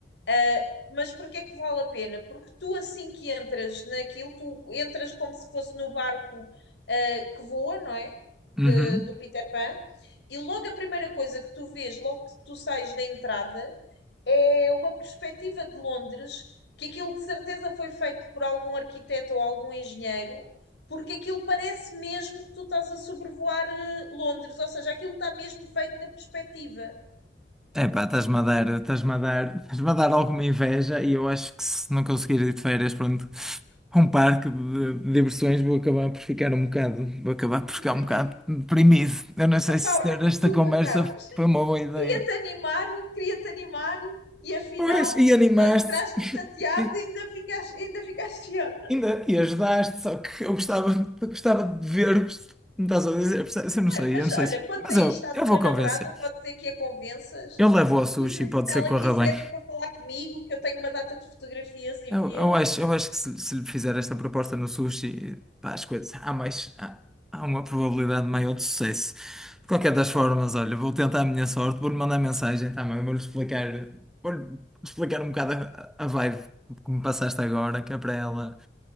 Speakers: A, on the left; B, in the centre.
A: Ah, mas porque é que vale a pena? Porque tu, assim que entras naquilo, tu entras como se fosse no barco, ah, que voa, não é?
B: Uhum.
A: De- do Peter Pan, e logo a primeira coisa que tu vês, logo que tu sais da entrada, é uma perspectiva de Londres que aquilo de certeza foi feito por algum arquiteto ou algum engenheiro, porque aquilo parece mesmo que tu estás a sobrevoar eh, Londres, ou seja, aquilo está mesmo feito na perspectiva.
B: Epá, estás-me a dar, estás-me a dar, estás-me a dar alguma inveja e eu acho que se não conseguir ir de férias, pronto, a um parque de, de diversões, vou acabar por ficar um bocado, vou acabar por ficar
A: Deprimido.
B: um bocado deprimido. Eu não sei
A: Epá,
B: se
A: olha,
B: ter
A: desculpa,
B: esta conversa
A: Carlos.
B: foi uma boa ideia.
A: Queria-te animar, queria-te animar, e afinal
B: Pois, e
A: tu
B: animaste,
A: já entraste
B: <laughs>
A: chateado
B: e
A: e ainda ficaste, ainda ficaste pior.
B: ainda e ajudaste, só que eu gostava, eu gostava de ver-vos. Me estás a dizer, percebes? Eu não sei,
A: Mas
B: eu não sei
A: olha,
B: se.
A: quanto
B: Mas
A: a isto
B: eu,
A: à
B: eu
A: tua
B: vou
A: namorada,
B: convencer.
A: pode ser que a convenças.
B: Eu levo ao sushi,
A: Diz-lhe
B: pode
A: que se ela
B: ser que corra
A: quiser
B: bem.
A: para falar comigo, que eu tenho uma data de fotografias e
B: Eu,
A: filmes.
B: eu acho, eu acho que se, se lhe fizer esta proposta no sushi, pá, as coisas, há mais, há, há uma probabilidade maior de sucesso. De qualquer das formas, olha, vou tentar a minha sorte, vou-lhe mandar mensagem também, vou-lhe explicar, vou-lhe explicar um bocado a, a vibe que me passaste agora, que é para ela,